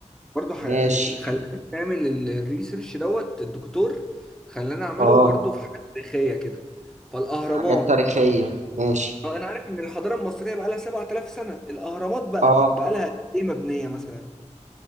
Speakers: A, in the centre; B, on the right (about 70°).
A: برضه ح...
B: ماشي
A: خلاني نعمل ال- الريسيرش دوت الدكتور خلانا أعمله
B: اه
A: برضه في حاجة تاريخية كده فالأهرامات
B: حاجات تاريخية ماشي
A: آه، أنا عارف إن الحضارة المصرية بقى لها 7000 سنة الأهرامات بقى
B: اه
A: بقى لها إيه مبنية مثلا؟